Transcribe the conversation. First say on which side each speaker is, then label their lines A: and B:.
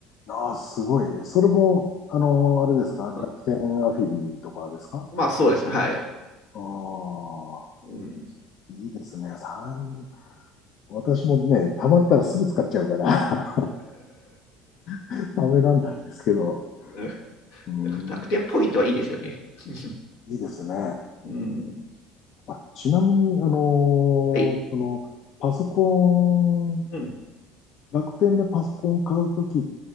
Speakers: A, on the left; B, on the left.
A: ああ、すごい。それも、あの、あれですか、
B: <laughs>
A: 楽天アフィリとかですか
B: まあそうですね、はい。
A: ああ、
B: うん、
A: いいですね。3、私もね、貯まったらすぐ使っちゃうから <laughs> 貯めらんないですけど、
B: <laughs>
A: うん、
B: 楽天ポイントはいいですよね。<laughs>
A: いいですね。
B: うん、
A: あ、ちなみに、あのーその、
B: はい、
A: パソコン、
B: うん、
A: 楽天でパソコンを買うときっ